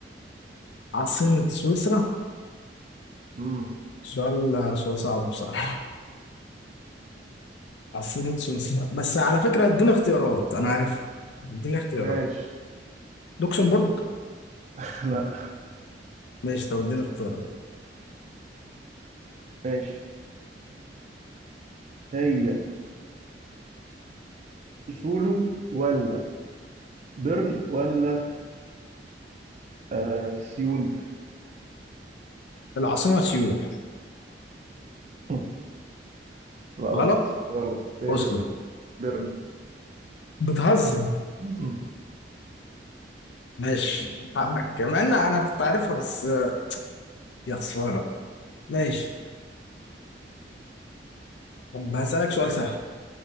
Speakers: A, on the left; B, on the right.
A: عاصمة سويسرا
B: امم
A: سؤال سؤال صعب بصراحة عاصمة سويسرا بس على فكرة اديني اختيارات انا عارف اديني اختيارات
B: ماشي
A: لوكسمبورغ
B: <laughs> لا
A: ماشي طب اديني اختيارات
B: ماشي هي سولو ولا بيرن ولا آه سيول
A: العاصمة سيول
B: <laughs> لا غلط
A: غلط
B: غلط هي
A: اوسلو
B: درن
A: بتهزر
B: <laughs>
A: ماشي حقك كمان انا أنا كنت عارفها بس آه، يا خسارة ماشي طب هسألك سؤال سهل